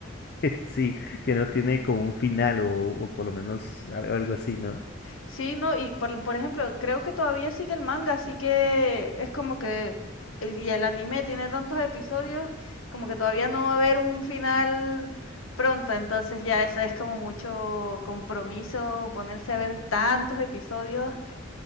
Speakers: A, on the left; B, on the left.
A: Sí, sí, que no tiene como un final o, o por lo menos al- algo así, ¿no?
B: Sí, no, y por, por ejemplo, creo que todavía sigue el manga, así que es como que, eh, y el anime tiene tantos episodios, como que todavía no va a haber un final pronto, entonces ya eso es como mucho compromiso, ponerse a ver tantos episodios,